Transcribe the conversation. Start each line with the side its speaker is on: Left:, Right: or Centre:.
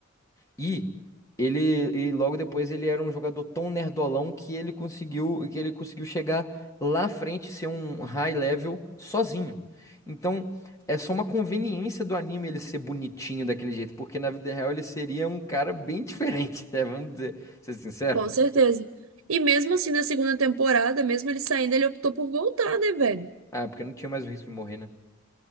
Left: E ele e logo depois ele era um jogador tão nerdolão que ele conseguiu que ele conseguiu chegar lá à frente e ser um high level sozinho. Então, é só uma conveniência do anime ele ser bonitinho daquele jeito, porque na vida real ele seria um cara bem <laughs> diferente, né? Vamos dizer, ser sincero.
Right: Com certeza. E mesmo assim, na segunda temporada, mesmo ele saindo, ele optou por voltar, né, velho?
Left: Ah, porque não tinha mais o risco de morrer, né?